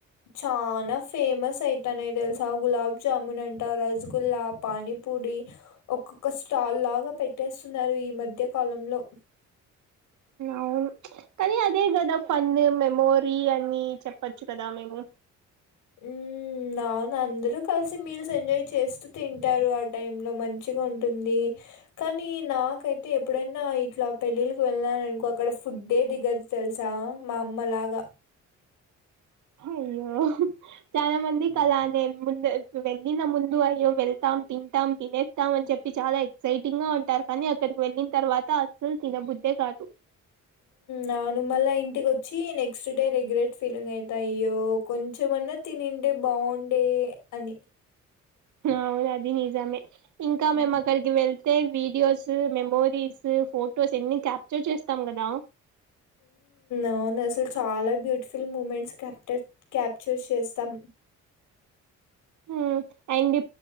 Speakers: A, on the left; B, on the right.
A: చాలా ఫేమస్ అయితనాయి తెలుసా గులాబ్ జాముూన్ అంటా రస్గుల్లా పాని. పూడి ఒక్కొక్క స్టాల్ లాగా పెట్టేసున్నారు ఈ మధ్య కాలంలో.
B: అవును కానీ అదే గదా ఫన్ మెమోరీ అని చెప్పచ్చు కదా మేము.
A: హ్మ్మ్ అవును అందరూ కలిసి మీల్స్ ఎంజాయ్ చేస్తూ తింటారు ఆ టైంలో మంచిగా ఉంటుంది. కానీ నాకైతే ఎప్పుడైనా ఇట్లా పెళ్ళిళ్ళకి వెళ్ళను అనుకో అక్కడ ఫుడ్డే దిగదు. తెలుసా మా అమ్మ లాగా
B: అయ్యో చాలా మంది
A: మ్మ్
B: కలానే ముంద్. వెళ్ళిన ముందు అయ్యో వెళ్తాం తింటాం తినేస్తాం అని చెప్పి చాలా ఎక్సైటింగ్ గా ఉంటారు కానీ. అక్కడికి వెళ్ళిన తర్వాత అసలు తినబుద్దే కాదు అ
A: నాను మళ్ళ ఇంటికి వచ్చి నెక్స్ట్ డే రిగ్రెట్ ఫీలింగ్ అవుతాయ్యో కొంచెంమన్నా. తినిండే బాగుండే అని.
B: అవును అది నిజమే ఇంకా మేమ్మక్కడికి.
A: మ్మ్.
B: వెళ్తే వీడియోస్ మెమోరీస్ ఫొటోస్ ఎన్ని క్యాప్చర్ చేస్తాం గదా
A: అవును అసలు చాలా బ్యూటిఫుల్ మూమెంట్స్ క్యాప్ట క్యాప్చర్ చేస్తాం.
B: హ్మ్. అండ్